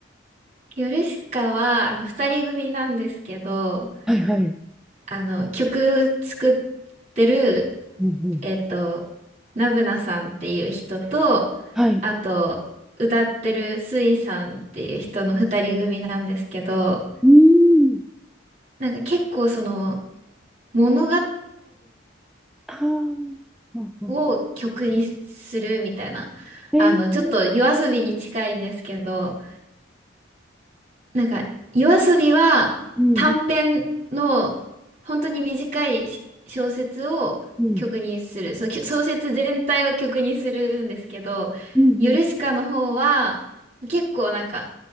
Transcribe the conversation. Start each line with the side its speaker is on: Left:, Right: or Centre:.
Right: ヨルシカは、あの、二人組なんですけど、
Centre: はいはい。うん
Right: あの、曲作ってる、
Centre: うん。
Right: えっと、ナブナさんっていう人と、
Centre: はい。
Right: あと、歌ってるスイさんっていう人の二人組なんですけど、
Centre: うーん。
Right: なんか結構その、物語
Centre: ああ。うんうん。
Right: を曲にするみたいな、
Centre: えー、
Right: あの、ちょっと夜遊びに近いんですけど、なんか、夜遊びは短編の本当に短いし小説を曲にする。
Centre: うんうんうん。
Right: そのきょ小説全体を曲にするんですけど、
Centre: うんうん
Right: ヨルシカの方は結構なんか